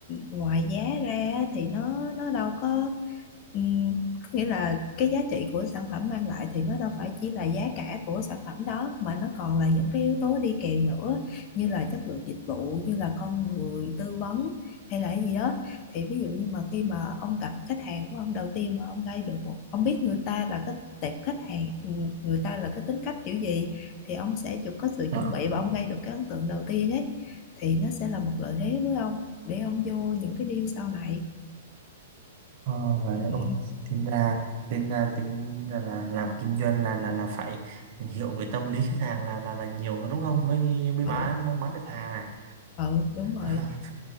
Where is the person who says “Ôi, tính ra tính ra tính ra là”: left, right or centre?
Right